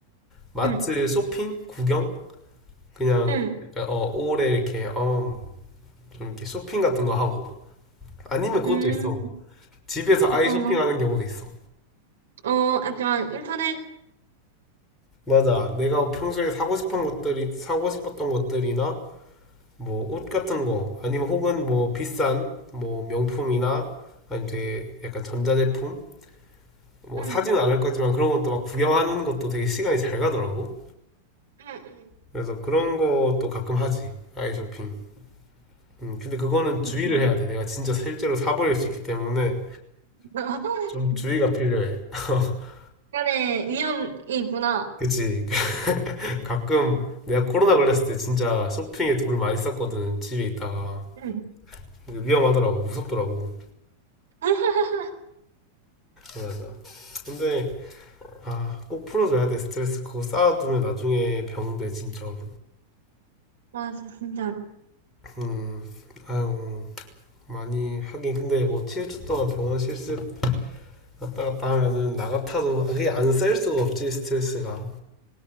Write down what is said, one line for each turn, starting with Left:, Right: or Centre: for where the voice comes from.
Left: 마트
Right: 응,
Left: 쇼핑? 구경? 그냥
Right: 응,
Left: 약간, 어 오래 이렇게 어, 좀 이렇게 쇼핑 같은 거 하고 아니면 그것도
Right: 응.
Left: 있어 집에서
Right: 어떤
Left: 아이 쇼핑하는
Right: 거?
Left: 경우도 있어
Right: 어, 약간 인터넷,
Left: 맞아 내가 평소에 사고 싶은 것들이 사고 싶었던 것들이나 뭐 옷 같은 거 아니면 혹은 뭐 비싼 뭐 명품이나 아니면 되게 약간 전자제품 뭐
Right: 응,
Left: 사지는 않을 거지만 그런 것도 막 구경하는 것도 되게 시간이 잘 가더라고
Right: 응, 응.
Left: 그래서 그런 것도 가끔 하지 아이 쇼핑 음, 근데 그거는 주의를
Right: 그거 좋은
Left: 해야 돼
Right: 거.
Left: 내가 진짜 실제로 사버릴 수 있기 때문에
Right: <laughs>
Left: 좀 주의가 필요해. <laughs>
Right: 약간의 위험이 있구나.
Left: 그치. <laughs> 가끔 내가 코로나 걸렸을 때 진짜 쇼핑에 돈을 많이 썼거든. 집에 있다가.
Right: 응.
Left: 위험하더라고. 무섭더라고.
Right: <laughs>
Left: 맞아. 근데, 아, 꼭 풀어줘야 돼, 스트레스. 그거 쌓아두면 나중에 병돼, 진짜로.
Right: 맞아, 진짜로.
Left: 음, 아유, 많이 하긴. 근데 뭐 7주 동안 병원 실습 왔다 갔다 하면은 나 같아도 그게 안 쌓일 수가 없지, 스트레스가.